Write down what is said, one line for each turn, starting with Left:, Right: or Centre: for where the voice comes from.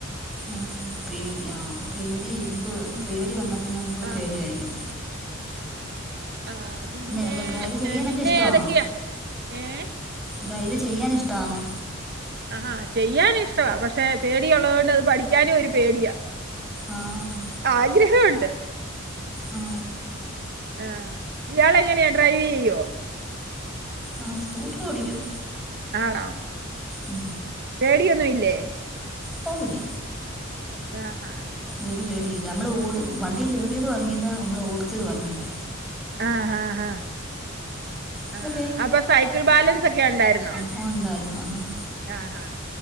Centre: ആഹ് പേടി ആഹ് പേടി നമക്ക്
Right: ഉം
Centre: പേടി വന്നാൽ പിന്നെ നമുക്ക്
Right: ആഹ്
Centre: പേടിയായിരിക്കും,
Right: ആഹ് പിന്നെ
Centre: അല്ല ഡ്രൈവ് ചെയ്യാനൊക്കെ
Right: പിന്നെ
Centre: ഇഷ്ടമാണോ
Right: ഏതൊക്കെയാ? ഏഹ്
Centre: ഡ്രൈവ് ചെയ്യാൻ ഇഷ്ടാണോ?
Right: ആഹ് ചെയ്യാനിഷ്ടവാ പക്ഷെ പേടിയൊള്ളത് കൊണ്ട് അത് പഠിക്കാനും ഒരു പേടിയാ,
Centre: ആഹ്,
Right: ആഗ്രഹംണ്ട്,
Centre: ആ
Right: ആഹ് ഇയാൾ എങ്ങനെയാ ഡ്രൈവ് ചെയ്യോ?
Centre: ആ് സ്കൂട്ടർ ഓടിക്കും,
Right: ആണോ?
Centre: ഉം
Right: പേടിയൊന്നുംല്ലേ?
Centre: പോകില്ല,
Right: ആഹ് ആഹ്
Centre: ഒരു പേടിയില്ല നമ്മള് ഓ വണ്ടി കേറിയതും അർഞ്ഞില്ല നമ്മള് ഓടിച്ചതും അർഞ്ഞില്ല,
Right: ആഹ് ആഹ്
Centre: അല്ല
Right: ആഹ്, അപ്പൊ സൈക്കിൾ ബാലൻസ് ഒക്കെ ഉണ്ടായിരുന്നോ?
Centre: ഓഹ് ണ്ടായിരുന്നു ആഹ്,
Right: ആഹ് ഹ